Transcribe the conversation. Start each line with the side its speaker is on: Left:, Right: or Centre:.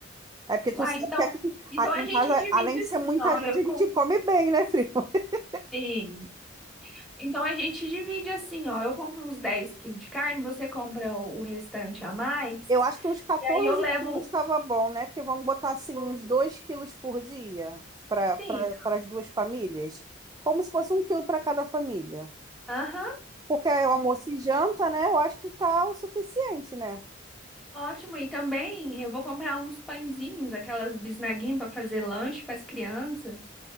Right: É porque tu
Centre: Uai,
Right: sabe
Centre: então,
Right: que aqui,
Centre: então
Right: aqui
Centre: a
Right: em
Centre: gente
Right: casa,
Centre: divide
Right: além de
Centre: assim,
Right: ser muita
Centre: ó,
Right: gente,
Centre: eu
Right: a
Centre: compro.
Right: gente come bem, né, Frio? <laughs>
Centre: Sim. Então a gente divide assim, ó, eu compro uns 10 quilos de carne, você compra o o restante a mais,
Right: Eu acho que uns 14
Centre: e aí eu levo,
Right: quilos estava bom, né? Porque vamos botar assim uns 2 quilos por dia para pra,
Centre: sim,
Right: pra- as duas famílias. Como se fosse um quilo para cada família.
Centre: aham,
Right: Porque é almoço e janta, né? Eu acho que tá o suficiente, né?
Centre: Ótimo, e também eu vou comprar uns pãezinhos, aquelas bisnaguinhas para fazer lanche para as crianças